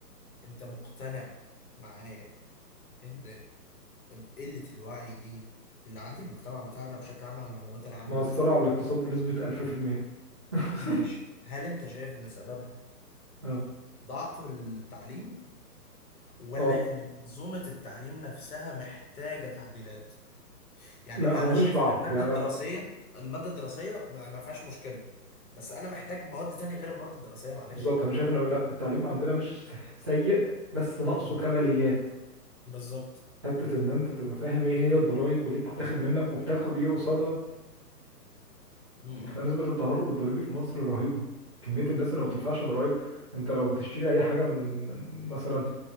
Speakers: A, on the left; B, on the right.
A: انت مقتنع معايا ان قلة الوعي دي اللي عند المجتمع بتاعنا بشكل عام على المعلومات العامة
B: مأثرة على الاقتصاد بنسبة 1000% <laughs>
A: ماشي هل انت شايف ان سببها
B: اه
A: ضعف التعليم ولا
B: اه
A: ان منظومة التعليم نفسها محتاجة تعديلات يعني
B: لا هو
A: انا
B: مش
A: شايف
B: ضعف
A: ان المادة
B: يعني
A: الدراسية
B: لا لا
A: المادة الدراسية ما ما فيهاش مشكلة بس انا محتاج مواد تانية غير المواد الدراسية معلش
B: بالظبط انا شايف ان لا التعليم عندنا مش سيء بس ناقصه
A: امم
B: كماليات
A: بالظبط
B: حته ان انت تبقى فاهم ايه هي الضرايب وليه بتتاخد منك وبتاخد ايه قصادها
A: امم
B: احنا نسبه التهرب الضريبي في مصر رهيبه كميه الناس اللي
A: امم
B: ما بتدفعش ضرايب انت لو بتشتري اي حاجه من من مثلا